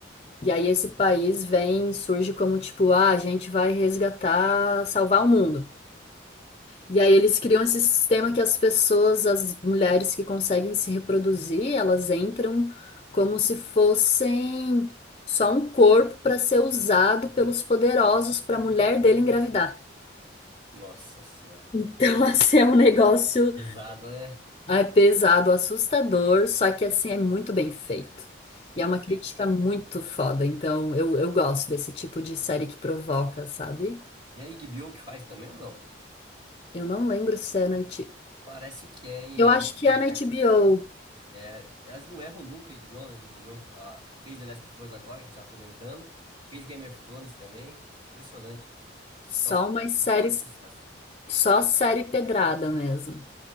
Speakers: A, on the left (about 30°); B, on the right (about 25°).
A: E aí esse país vem, surge como tipo, ah, a gente vai resgatar, salvar o mundo. E aí eles criam esse sistema que as pessoas, as mulheres que conseguem se reproduzir, elas entram como se fossem só um corpo para ser usado pelos poderosos para a mulher dele engravidar.
B: Nossa senhora.
A: Então, <laughs> assim, é um negócio.
B: Pesado, né?
A: É pesado, assustador, só que assim é muito bem feito. E
B: Bem
A: é uma
B: feito.
A: crítica muito foda, então eu, eu gosto desse tipo de série que provoca, sabe?
B: E a Iggy Bill que faz também ou não?
A: Eu não lembro se é na HBO.
B: Parece que é, hein?
A: Eu
B: Eu
A: acho
B: acho
A: que
B: que
A: é
B: é,
A: na
B: porque.
A: HBO.
B: É, elas não erram nunca, a HBO, né? A HBO ah, fez The Last of Us agora, que a gente tava comentando. Fez Game of Thrones também. Impressionante. Só
A: Só umas
B: uma
A: séries,
B: coisa de sucesso.
A: só série pedrada mesmo.